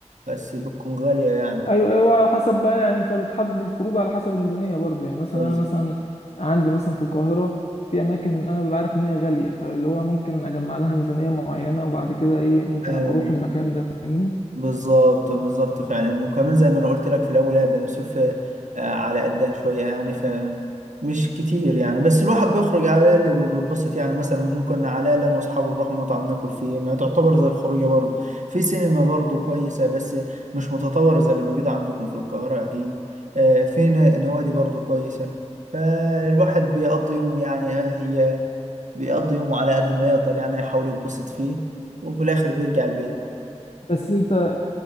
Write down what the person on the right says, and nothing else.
بس بتكون غاليه يعني
بس-
آه،
بالظبط بالظبط فعلا وكمان زي ما انا قلت لك في الاول هي بني سويف آه، على قدها شويه يعني ف مش كتير يعني بس الواحد بيخرج على اللي وبيتبسط يعني مثلا ممكن على اللي انا واصحابي نروح مطعم ناكل فيه ما تعتبر زي الخروجه برضه في سينما برضه كويسه بس مش متطوره زي اللي موجوده عندكم في القاهره اكيد آه، في ن- نوادي برضه كويسه فالواحد بيقضي يومه يعني آه، هي بيقضي يومه على قد ما يقدر يعني يحاول يتبسط فيه وفي الاخر بيرجع البيت